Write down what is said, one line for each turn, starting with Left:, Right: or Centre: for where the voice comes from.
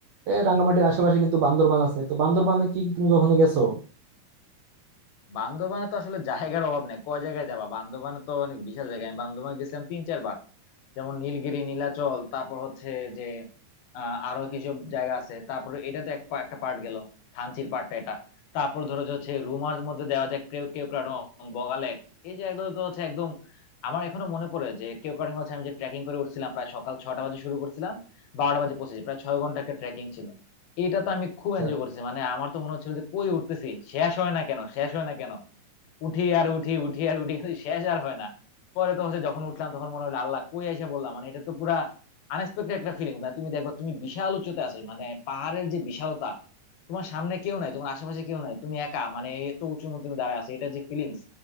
Right: এ, রাঙ্গামাটির আশেপাশে কিন্তু বান্দরবান আছে তো বান্দরবানে কি তুমি কখনো গেছো
Left: বান্দরবানে তো আসলে জায়গার অভাব নেই কয় জায়গায় যাবা বান্দরবানে তো অনেক বিশাল জায়গা আমি বান্দরবানে গেছিলাম তিন চারবার যেমন নীলগিরি নীলাচল তারপর হচ্ছে যে আহ, আরো কিছু জায়গা আছে তারপর এটা তো এক পা- একটা পার্ট গেল থানচির পার্টটা এটা তারপর ধরো যে হচ্ছে রুমার মধ্যে দেওয়া যায় কেউ কেওক্রাডং বগালেক এই জায়গাগুলো তো হচ্ছে একদম আমার এখনো মনে পড়ে যে কেওক্রাডং হচ্ছে আমি যে ট্রেকিং করে উঠছিলাম প্রায় সকাল ছটা বাজে শুরু করছিলাম বারোটা বাজে পৌঁছেছি প্রায় ছয় ঘন্টা একটা ট্রেকিং ছিল এটা তো আমি খুব
Right: আচ্ছা,
Left: এনজয় করছি মানে আমার তো মনে হচ্ছিল যে কই উঠতেছি শেষ হয় না কেন শেষ হয় না কেন উঠি আর উঠি উঠি আর উঠি কিন্তু শেষ আর হয় না পরে তো হচ্ছে যখন উঠলাম তখন মনে হলো আল্লাহ কই এসে বললাম মানে এটা তো পুরা আনএক্সপেক্টেড একটা ফিলিং মানে তুমি দেখো তুমি বিশাল উচ্চতে আছো মানে পাহাড়ের যে বিশালতা তোমার সামনে কেউ নাই তোমার আশেপাশে কেউ নাই তুমি একা মানে এত উঁচু মধ্যে তুমি দাঁড়ায় আছো এটা যে ফিলিংস